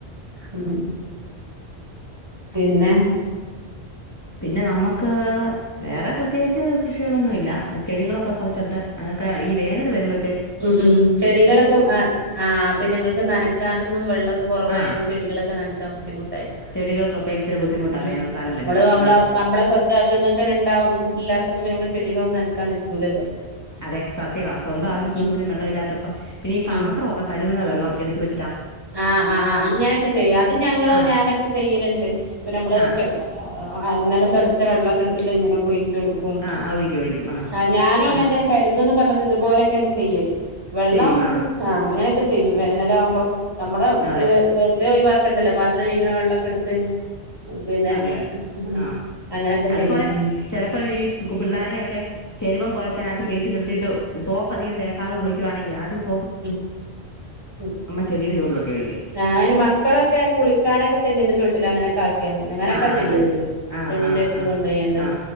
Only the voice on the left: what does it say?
പിന്നെ നമ്മുക്ക് വേറെ പ്രത്യേകിച്ച് കൃഷികളൊന്നും ഇല്ല ചെടികളൊക്കെ കുറച്ചൊണ്ട് അതൊക്കെ ഈ വേനൽ വരുമ്പ
ആ
ചെടികൾക്കൊക്കെ ഇച്ചിരി ബുദ്ധിമുട്ടാ
വേനൽക്കാലം
വരുമ്പോൾ
ഉം
അതെ സത്യവാ സ്വന്തം
ആവശ്യത്തിന് ഒന്നിനും വെള്ളം ഇല്ലാത്തപ്പ പിന്നെ ഈ പാത്രവൊക്കെ
കഴുകുന്ന വെള്ളം എടുത്ത് വെ
ആ
ആ
ആ ഒഴിക്കും ഒഴിക്കും
അങ്
ചെയ്യും ആ
ഉം
അതെ
അതെ അതെ
ആ അതുപോലെ
ചെലപ്പ ഈ പിള്ളാരെയൊക്കെ ചെരുവം പോല ത്തിനകത്ത് കേറ്റി നിർത്തിട്ട് സോപ്പധികം തേക്കാതെ കുളിക്കുവാണെങ്കിലേ ആദ്യം സ്
ചെടിയുടെ ചോട്ടിലൊക്കെ ഒഴിക്കും
ആ അത്
തന്നെ ആ
ആ ആ
ആ